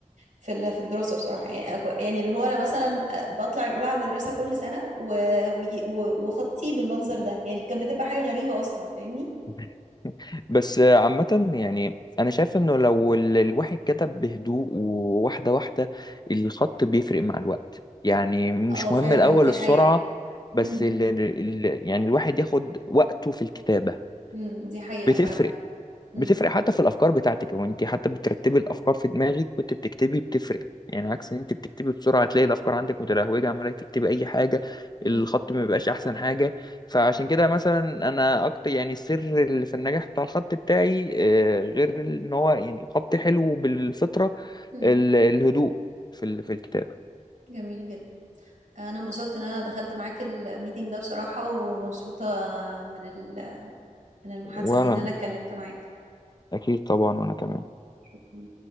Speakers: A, on the right; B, on the left.
A: في ال- في الدراسة بصراحة يعني أكو- يعني اللي هو أنا مثلا آه، بطلع الأولى على المدرسة كل سنة و... وي- و... وخطي بالمنظر ده يعني كانت بتبقى حاجة غريبة أصلا فاهمني؟
B: مم. بس آه، عامة يعني أنا شايف إنه لو ال- الواحد كتب بهدوء وواحدة واحدة الخط بيفرق مع الوقت يعني مش
A: اه فعلا
B: مهم الأول
A: دي
B: السرعة
A: حقيقة
B: بس
A: امم
B: ال ال ال- يعني الواحد ياخد وقته في الكتابة
A: امم دي حقيقة
B: بتفرق
A: فعلا امم
B: بتفرق حتى في الافكار بتاعتك هو انت حتى بترتبي الافكار في دماغك وانت بتكتبي بتفرق يعني عكس ان انت بتكتبي بسرعه تلاقي الافكار عندك متلهوجه عماله تكتبي اي حاجه
A: امم
B: الخط ما بيبقاش احسن حاجه فعشان كده مثلا انا اكتر يعني السر اللي في النجاح بتاع الخط بتاعي آه، غير ان هو يعني خط حلو بالفطره
A: امم
B: ال- الهدوء في ال- في الكتابه
A: جميل جدا أنا انبسطت إن أنا دخلت معاك الميتينج ده بصراحة ومبسوطة من ال... من المحادثة
B: وانا
A: دي إن أنا اتكلمت معاك
B: اكيد طبعا وانا كمان
A: شكرا